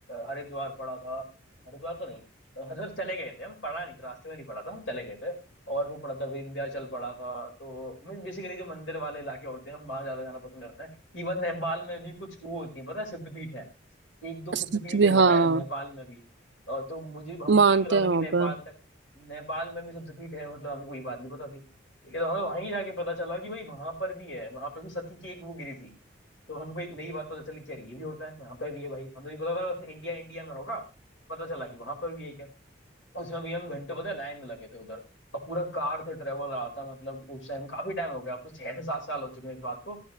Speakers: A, on the left; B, on the right.
A: हरिद्वार पड़ा था हरिद्वार तो नहीं हरिद्वार चले गए थे हम पढ़ा नहीं था रास्ते में नहीं पड़ा था हम चले गए थे और वो पड़ा था विंध्याचल पड़ा था तो बेसिकली जो मंदिर वाले इलाके होते हैं हम वहां ज्यादा जाना पसंद करते हैं इवन नेपाल में भी कुछ वो होती है पता है सिद्धपीठ एक दो सिद्धपीठ
B: सच में,
A: है पता
B: हाँ
A: है नेपाल में भी और तो मुझे हमको
B: मानते
A: नहीं पता था
B: हैं वहां
A: कि नेपाल
B: पे
A: तक नेपाल में भी सिद्धपीठ है मतलब हमको ये बात नहीं पता थी लेकिन हमें वहीं जाके पता चला कि भाई वहां पर भी है वहां पर भी सती की एक वो गिरी थी तो हमको एक नई बात पता चली कि यार ये भी होता है यहाँ पे भी है भाई हमें भी पता था इंडिया इंडिया में होगा पता चला कि वहां पर भी है उसमें भी हम घंटे पता है लाइन में लगे थे उधर और पूरा कार से ट्रेवल रहा था मतलब उस टाइम काफी टाइम हो गया अब तो छह से सात साल हो चुके हैं इस बात को